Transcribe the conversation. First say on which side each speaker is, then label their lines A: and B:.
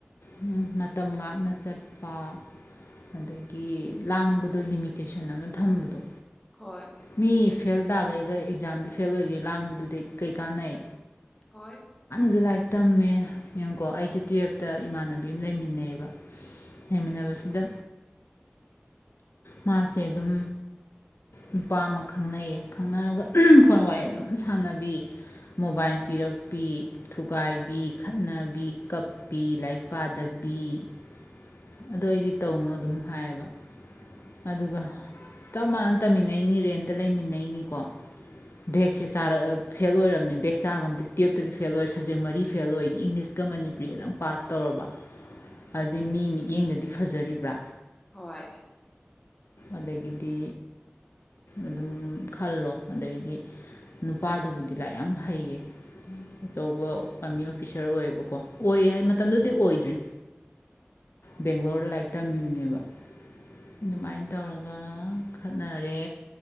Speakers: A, on the left; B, on the left.
A: ꯎꯝ ꯃꯇꯝ ꯉꯥꯛꯅ ꯆꯠꯄ ꯑꯗꯒꯤ ꯂꯥꯡꯕꯗꯣ ꯂꯤꯃꯤꯇꯦꯁꯟ ꯑꯃ ꯊꯝꯕꯗꯣ
B: ꯍꯣꯏ
A: ꯃꯤ ꯐꯦꯜ ꯇꯥꯒꯩꯒ ꯑꯦꯛꯖꯥꯝꯗ ꯐꯦꯜ ꯑꯣꯏꯒꯦ ꯂꯥꯡꯕꯗꯨꯗꯤ ꯀꯩ ꯀꯥꯟꯅꯩ
B: ꯍꯣꯏ
A: ꯗ ꯂꯥꯏꯔꯤꯛ ꯇꯝꯃꯦ ꯌꯦꯡꯉꯨꯀꯣ ꯑꯩꯁꯦ ꯇꯨꯌꯦꯜꯞꯇ ꯏꯃꯥꯟꯅꯕꯤ ꯑꯃ ꯂꯩꯃꯤꯟꯅꯩꯌꯦꯕ ꯍꯃꯤꯟꯅꯕꯁꯤꯗ ꯃꯥꯁꯦ ꯑꯗꯨꯝ ꯅꯨꯄꯥ ꯑꯃ ꯈꯪꯅꯩꯌꯦ ꯈꯪꯅꯔꯅꯕ ꯐꯣꯟ ꯋꯥꯔꯤ ꯑꯗꯨꯝ ꯁ ꯊꯥꯟꯅꯕꯤ ꯃꯣꯕꯥꯏꯜ ꯄꯤꯔꯛꯄꯤ ꯊꯨꯒꯥꯏꯕꯤ ꯈꯠꯅꯕꯤ ꯀꯞꯄꯤ ꯂꯥꯏꯔꯤꯛ ꯄꯥꯗꯕꯤ <inaudible> <inaudible> ꯑꯗꯨ ꯑꯩꯗꯤ ꯇꯧꯅꯣ ꯑꯗꯨꯝ ꯍꯥꯏꯌꯦꯕ ꯑꯗꯨꯒ ꯆꯞ ꯃꯥꯟꯅ ꯇꯝꯃꯤꯟꯅꯩꯅꯤ ꯔꯦꯟꯇ ꯂꯩꯃꯤꯟꯅꯩꯅꯤ ꯀꯣ ꯗꯚꯦꯛꯁꯤ ꯆꯥꯔ ꯐꯦꯜ ꯑꯣꯏꯔꯕꯅꯤ ꯕꯦꯛ ꯆꯥꯕꯗ ꯇꯨꯌꯦꯜꯞꯇꯗꯤ ꯐꯦꯜ ꯑꯣꯏꯔꯦ ꯁꯕꯖꯦꯛ ꯃꯔꯤ ꯐꯦꯜ ꯑꯣꯏꯅꯤ ꯏꯪꯂꯤꯁꯀ ꯃꯅꯤꯄꯨꯔꯤꯒ ꯑꯗꯨꯝ ꯄꯥꯁ ꯇꯧꯔꯕ ꯑꯗꯤ ꯃꯤꯅꯤ ꯌꯦꯡꯗꯗꯤ ꯐꯖꯔꯤꯕ꯭ꯔꯥ
B: ꯍꯣꯏ
A: ꯑꯗꯒꯤꯗꯤ ꯑꯗꯨꯝ ꯈꯜꯂꯣ ꯑꯗꯩꯗꯤ ꯅꯨꯄꯥꯗꯨꯕꯨꯗꯤ ꯂꯥꯏ ꯌꯥꯝ ꯍꯩꯌꯦ ꯑꯆꯧꯕ ꯑꯥꯔꯃꯤ ꯑꯣꯐꯤꯁꯥꯔ ꯑꯣꯏꯌꯦꯕꯀꯣ ꯑꯣꯏ ꯍꯥꯏ ꯃꯇꯝꯗꯨꯗꯤ ꯑꯣꯏꯗ꯭ꯔꯤ ꯕꯦꯡꯒ꯭ꯂꯣꯔ ꯂꯥꯏꯔꯤꯛ ꯇꯝꯃꯤꯕꯅꯦꯕ ꯑꯗꯨꯃꯥꯏꯅ ꯇꯧꯔꯒ ꯈꯠꯅꯔꯦ